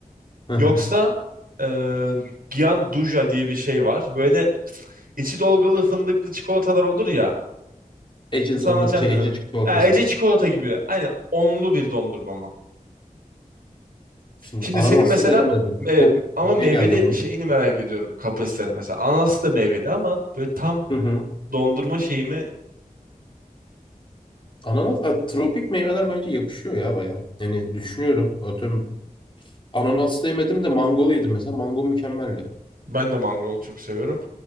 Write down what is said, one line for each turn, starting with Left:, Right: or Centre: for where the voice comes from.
Left: Hı hı.
Right: Yoksa e, Gianduja diye bir şey var. Böyle içi dolgulu fındıklı çikolatalar olur ya.
Left: Ece
Right: Nasıl
Left: dondurma
Right: anlatacağım
Left: şey
Right: bilmiyorum.
Left: Ece çikolatası
Right: Ha, Ece çikolata gibi. Aynen onlu bir dondurma mı?
Left: Şimdi
Right: Şimdi
Left: ananaslı
Right: senin mesela
Left: denemedim.
Right: e,
Left: Çok
Right: ama meyveli
Left: şey geldi bana.
Right: şeyini merak ediyorum kapasiteni mesela. Ananas da meyveli ama böyle tam
Left: Hı hı.
Right: dondurma şeyimi
Left: Ananas, a, tropik meyveler bence yakışıyor ya bayağı. Yani düşünüyorum. Atıyorum, ananaslı yemedim de mangolu yedim mesela. Mango mükemmeldi.
Right: ben de mangolu çok seviyorum.